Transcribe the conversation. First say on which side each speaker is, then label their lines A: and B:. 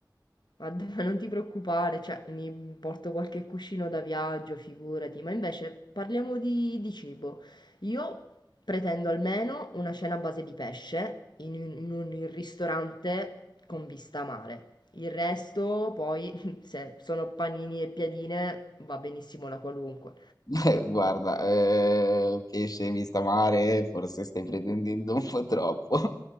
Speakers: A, on the left; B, on the left.
A: Guarda, <laughs> non ti preoccupare, cioè, mi porto qualche cuscino da viaggio, figurati, ma invece parliamo di, di cibo. Io pretendo almeno una cena a base di pesce in, un in un ristorante con vista a mare. Il resto, poi, <laughs> se sono panini e piadine, va benissimo la qualunque.
B: Eh, Guarda, eh, pesce vista mare, forse stai pretendendo un po' troppo.